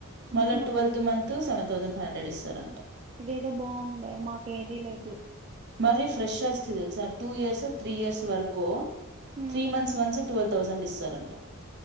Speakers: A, on the right; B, on the right.
A: ఆహా
B: మళ్ళ twelfth month seven thousand five hundred ఇస్తారంట
A: ఇదేదో బాగుందే మాకు ఏదీ లేదు
B: మరీ ఫ్రెషర్స్ కి తెలుసా టూ ఇయర్స్ త్రీ ఇయర్స్ వరకూ
A: మ్మ్
B: త్రీ మంత్స్ వన్స్ ట్వెల్వ్ థౌజండ్ ఇస్తారంట